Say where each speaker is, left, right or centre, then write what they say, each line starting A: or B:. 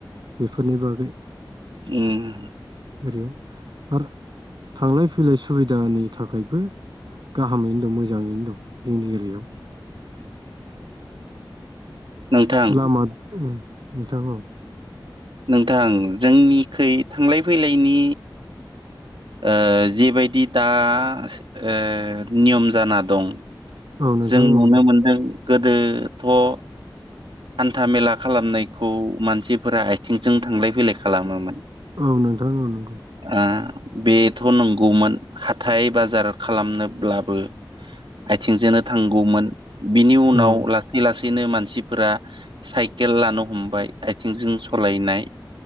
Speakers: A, on the right (about 60°); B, on the right (about 80°).
A: बेफोरनि बागै
B: ओम
A: ओरैयाव आर थांलाय फैलाय सुबिदानि थाखायबो गाहामैनो दं मोजाङैनो दं जोंनि एरियायाव
B: नोंथां
A: लामा उम नोंथां औ
B: नोंथां जोंनिखै थांलाय फैलायनि ओ जेबायदि दा ओ नियम जाना दं
A: औ नोंथां
B: जों नुनो
A: औ दे
B: मोनदों गोदोथ' हान्था मेला खालामनायखौ मानसिफोरा आथिंजों थांलाय फैलाय खालामोमोन
A: औ नोंथां ओ नोंगौ।
B: ओ बेथ' नंगौमोन हाथाय बाजार खालामनोब्लाबो। आइथिं जोंनो थांगौमोन बिनि उनाव
A: औ
B: लासै लासैनो मानसि। फोरा साइकेल लानो हमबाय आइथिं जों सलायनाय।